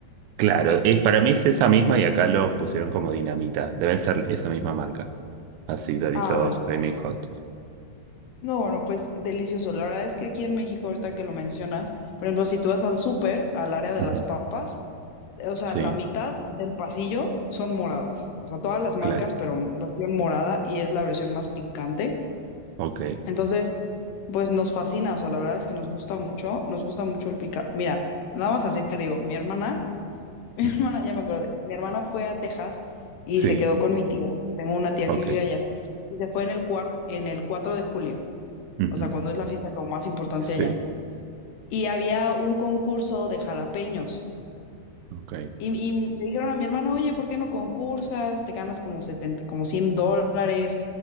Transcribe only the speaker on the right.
Claro, es, para mí es esa misma y acá los pusieron como dinamita. Deben ser esa misma marca. Así, Doritos
Flaming Hot.
Ujú.
Sí,
claro.
Ok.
Ujú.
Sí,
ok.
Ujú.
Sí,
ok.